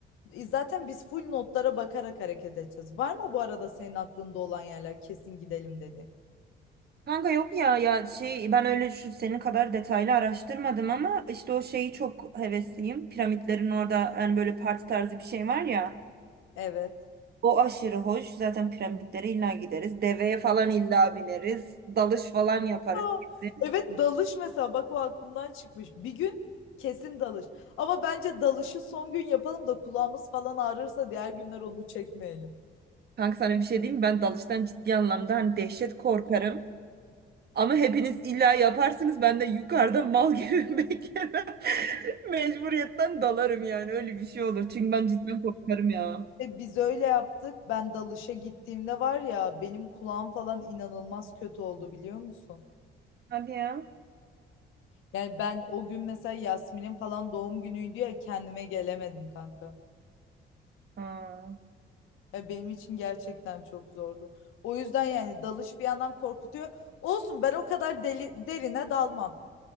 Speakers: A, on the left; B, on the right.
A: E, zaten biz full notlara bakarak hareket edeceğiz var mı bu arada senin aklında olan yerler kesin gidelim dedi.
B: Kanka yok ya ya şey ben öyle şu senin kadar detaylı araştırmadım ama işte o şeyi çok hevesliyim. Piramitlerin orada yani böyle parti tarzı bir şey var ya.
A: Evet
B: O aşırı hoş. Zaten piramitlere illa gideriz. Deveye falan illa bineriz. Dalış falan yaparız.
A: Aa,
B: kesin.
A: evet dalış mesela bak o aklımdan çıkmış. Bir gün kesin dalış. Ama bence dalışı son gün yapalım da kulağımız falan ağrırsa diğer günler onu çekmeyelim.
B: Kanka sana bir şey diyeyim mi? Ben dalıştan ciddi anlamda hani dehşet korkarım. Ama hepiniz illa yaparsınız. Ben de yukarıda mal gibi <laughs> beklemem. Mecburiyetten dalarım yani. Öyle bir şey olur. Çünkü ben cidden korkarım ya.
A: Tabii biz öyle yaptık. Ben dalışa gittiğimde var ya benim kulağım falan inanılmaz kötü oldu biliyor musun?
B: Hadi ya.
A: Yani ben o gün mesela Yasmin'in falan doğum günüydü ya kendime gelemedim kanka.
B: Ha.
A: Ya benim için gerçekten çok zordu. O yüzden yani dalış bir yandan korkutuyor. Olsun ben o kadar deli, derine dalmam.